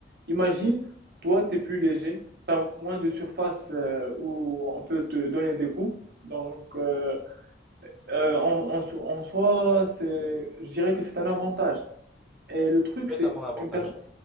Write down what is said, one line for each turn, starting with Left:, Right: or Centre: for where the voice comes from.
Right: Imagine, toi, tu es plus léger, tu as moins de surface euh, où on peut te donner des coups. Donc, euh, euh, en, en, so- en soi, c'est, je dirais que c'est un avantage. Et le truc,
Centre: Ça peut
Right: c'est
Centre: être à mon avantage.
Right: une per-